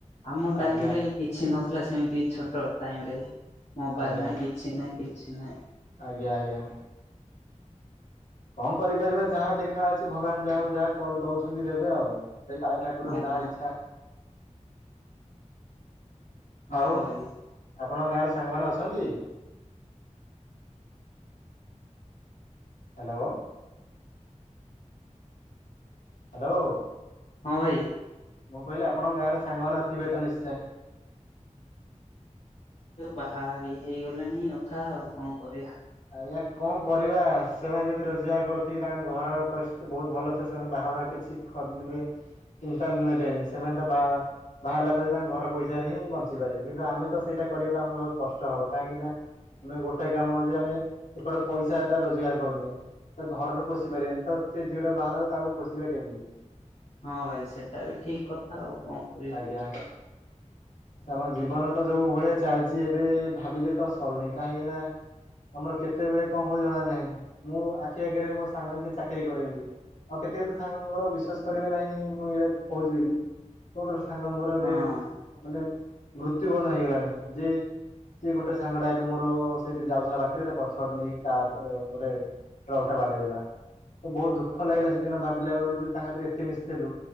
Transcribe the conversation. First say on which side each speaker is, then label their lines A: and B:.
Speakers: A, on the left; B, on the left.
A: ଆମ
B: ଆଜ୍ଞା
A: ଟାଇମ ରେ କିଛି ନଥିଲା ସେ ସେମିତି ଛୋଟ ଟାଇମ ରେ ମୋବାଇଲ
B: ଆଜ୍ଞା
A: ନାହିଁ, କିଛି ନାହିଁ, କିଛି ନାହିଁ।
B: ଆଜ୍ଞା, ଆଜ୍ଞା। କଣ କରିପାରିବା, ଯାହା ଦେଖା ଅଛି ଭଗବାନ ଯାହାକୁ ଯାହା ଦଉଛନ୍ତି ଦେବେ ଆଉ ସେଇ କାଳିଆ ଠାକୁର,
A: ଆଜ୍ଞା
B: ଯାହା ଇଚ୍ଛା
A: ହଁ
B: ଆଉ
A: ଭାଇ
B: ଆପଣଙ୍କ ଗାଁରେ ସାଙ୍ଗମାନେ ଅଛନ୍ତି? ହାଲୋ ହାଲୋ
A: ହଁ ଭାଇ
B: ମୁଁ କହିଲି ଆପଣଙ୍କ ଗାଁରେ ସାଙ୍ଗମାନେ ଥିବେ ତ ନିଶ୍ଚୟ।
A: ବାହା ବି ହେଇଗଲେଣି ଅଧା, ଆଉ କଣ କରିବା?
B: ଆଜ୍ଞା କଣ କରିବା, ସେମାନେ ଯଦି ରୋଜଗାର କରୁଥ କି ତାଙ୍କ ଘର ପରିସ୍ଥିତି ବହୁତ ଭଲ, ସେମାନେ ବାହା ବାହାର କରି ଠିକ୍ଠ ମାନରେ <unintelligible> ଚିନ୍ତା ନେବେନି, ସେମାନେ ତ ବା ବାହାରିଲା ପରେ ତାଙ୍କ ଘର ପଇସାରେ ହିଁ ବଞ୍ଚିପାରେ କିନ୍ତୁ ଆମେ ତ ସେଇଟା କରିବା ଆମର କଷ୍ଟ ହବ କାହିଁକି ନା ଆମେ ଗୋଟେ କାମ ହଉଛି ଆମେ ଏପଟୁ ପଇସା ଟା ରୋଜଗାର କରୁନି। ତା ଘରରୁ ପୋଷି ପାରିବାନି ତ ସେ ଝିଅଟାକୁ ବାହାଲା ତାକୁ ପୋଷିବା କେମିତି।
A: ହଁ ଭାଇ ସେଟା ବି ଠିକ୍ କଥା ଆଉ। କଣ କରିବା
B: ଆଜ୍ଞା। ଆମ ଜୀବନ ତ ଯୋଉ ଭଳିଆ ଚାଲିଚି ଏବେ ଭାବିଲେ ତ ସରୁନି କାହିଁ ନା ଆମର କେତେବେଳେ କଣ ହଉଚି ଜଣା ନାହିଁ ମୁଁ ଆଖି ଆଗେରେ ମୋ ସାଙ୍ଗ କି ଚାକିରି କରେନ୍ତି। ଆଉ କେତେ କେତେ ସାଙ୍ଗଙ୍କର ବିଶ୍ଵାସ କରିବେ ନାହିିଁ ମୁଁ ଏଇଟା କହୁଚି ବୋଲି। କଉଟ୍ରୁ ସାଙ୍ଗଙ୍କର
A: ହଁ
B: ବି ମାନେ ମୃତ୍ୟୁବରଣ ହେଇଗଲାଣି ଯେ ସିଏ ଗୋଟେ ସାଙ୍ଗଟା ଏବେ ମୋର ସେ ଯାଉଥିଲା ବାଟରେ ତା ପଛ ଆଡୁ ନେଇ କାର ଅ ଗୋଟେ ଟ୍ରକ୍ ଟା ବାଡେଇହେଲା। ବହୁତ ଦୁଃଖ ଲାଗିଲା ସେଦିନ ଭାବିଲା ବେଳକୁ ଯେ ତାସାଥିରେ ଏତେ ମିଶିଥିଲୁ